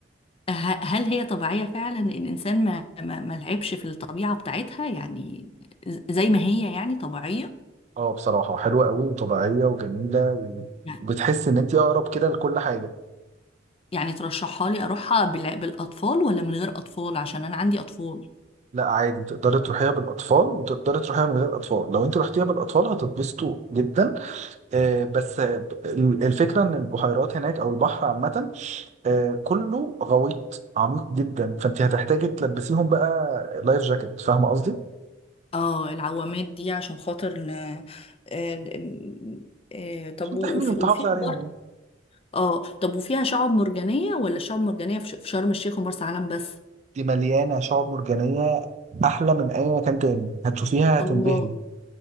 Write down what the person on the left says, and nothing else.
ه- هل هي طبيعية فعلا إن الإنسان ما ما ما لعبش في الطبيعة بتاعتها يعني ز- زي ما هي يعني طبيعية
يعني
يعني ترشحها لي أروحها بالع- بالأطفال ولا من غير أطفال عشان أنا عندي أطفال
اه العوامات دي عشان خاطر ن... آه، ن- آه، طب
وفي
وفي
برضه اه طب وفيها شعاب مرجانية ولا شعاب مرجانية في ش- في شرم الشيخ ومرسى علم بس
الله